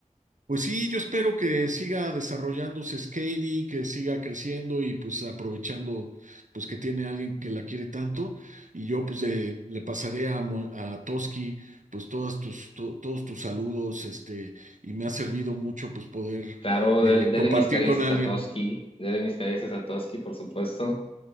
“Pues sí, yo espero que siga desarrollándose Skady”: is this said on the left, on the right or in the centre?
Right